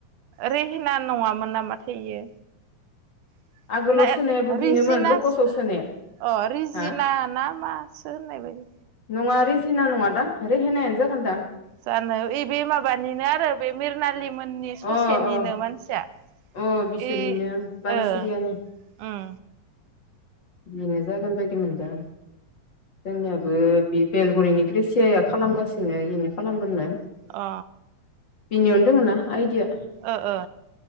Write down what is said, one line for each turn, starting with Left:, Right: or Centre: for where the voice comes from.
Right: रेहेना नङामोन नामाथाय इयो। <unintelligible>
Left: आगोलाव सोनायाबो बेनोमोन
Right: रिजिनास
Left: लकसआव सोनाया
Right: अ रिजिना
Left: हा
Right: ना मासो होननाय बायदि
Left: नङा रिजिना नङा दां रेहेनायानो जागोनदां।
Right: जानो ओयबे माबानिनो आरो बे मिरनालि मोननि ससेनिनो
Left: अ अ
Right: मानसिया।
Left: अ बिसोरनिनो
Right: इ
Left: ओं बानसिरियानि।
Right: ओ उम
Left: बिनो जागोन बायदि मोनदो आं। जोंनियाबो बे बेलगुरिनि क्रिसियाआ खालामगासिनो इनो खालामगोननो।
Right: अ
Left: बिनियावनो दङोना आइदिआ।
Right: ओ ओ